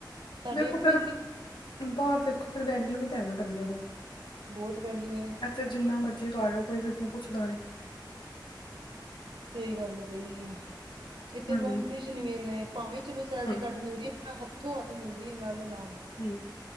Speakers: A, on the right; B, on the left.
A: ਸਾਡੀ
B: ਦੇਖੋ
A: ਆਪਣੀ
B: ਫਿਰ ਬਾਹਰ ਦੇਖੋ ਫਿਰ ਵੈਲਿਊ ਵੀ ਤਾਂ ਹੈ ਨਾ ਬੰਦੇ ਦੀ।
A: ਬੋਤ ਵੈਲਿਊ ਏ।
B: ਇੱਥੇ ਜਿੰਨਾ ਮਰਜ਼ੀ ਕਰ ਲੋ ਕੋਈ ਕਿਸੇ ਨੂੰ ਪੁੱਛਦਾ ਨੀ।
A: ਸਹੀ ਗੱਲ ਆ ਬਈ ਏ। ਇੱਥੇ
B: ਹਮ
A: ਕੋਂਪੀਟੀਸ਼ਨ ਵੀ ਏਨਾ ਏ ਭਾਵੇਂ ਚਲੋ ਸੈਲਰੀ
B: ਹਮ
A: ਘੱਟ ਮਿਲਦੀ ਐ, ਪਰ ਹੱਥੋਂ-ਹੱਥ ਮਿਲਦੀ ਐ ਨਾਲੋਂ-ਨਾਲ।
B: ਹੂੰ।